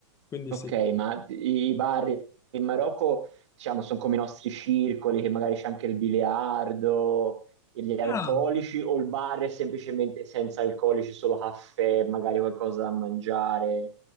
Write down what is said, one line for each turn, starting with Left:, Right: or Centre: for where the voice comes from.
Left: Quindi
Right: Ok,
Left: sì.
Right: ma i bar in Marocco, diciamo, sono come i nostri circoli, che magari c'è anche il biliardo, gli alcolici,
Left: Ah,
Right: o il bar è semplicemente senza alcolici, solo caffè, magari qualcosa da mangiare.